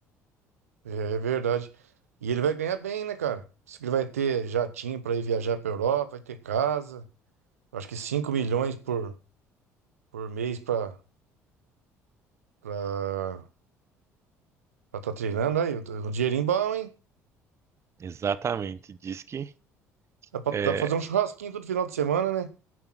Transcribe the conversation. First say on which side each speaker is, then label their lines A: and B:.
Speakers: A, on the right; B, on the right.
A: É, é verdade. E ele vai ganhar bem, né, cara? Diz que Ele vai ter jatinho pra ir viajar pra Europa, vai ter casa. Acho que 5 milhões por, por mês pra estar pra, tá treinando aí. Um dinheirinho bom, hein?
B: Exatamente. Diz que
A: Dá pra,
B: é,
A: dá pra fazer um churrasquinho todo final de semana, né?